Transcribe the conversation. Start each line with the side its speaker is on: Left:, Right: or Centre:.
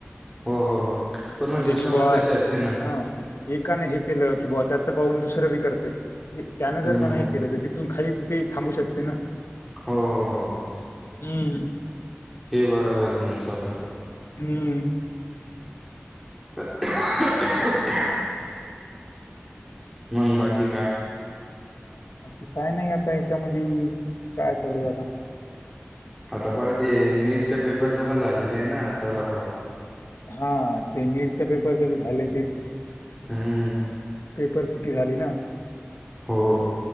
Centre: हो हो हो पूर्ण
Left: म्हणजे
Centre: सिस्टमच
Left: कि बा
Centre: तशी असते ना
Left: हा एकानें हे केलं कि बा त्याच पाहून दुसरं बी करतेच जे त्यान जर
Centre: हम्म
Left: का नाही केलं तर तिथून खाली तु की थांबू शकते ना.
Centre: हो हो हो हो
Left: हं.
Centre: हे बराबर आहे तुमच वाल.
Left: हम्म
Centre: <unintelligible> मंग बाकी काय
Left: आती काय नाही आता याच्यामधी काय चालू आहे आता
Centre: आता परत हे नेटच्या पेपरचं पण झालेलं आहे ना आता लफड
Left: हा ते नेटच्या पेपरच बी झाले ते.
Centre: हम्
Left: पेपर फुटी झाली ना.
Centre: हो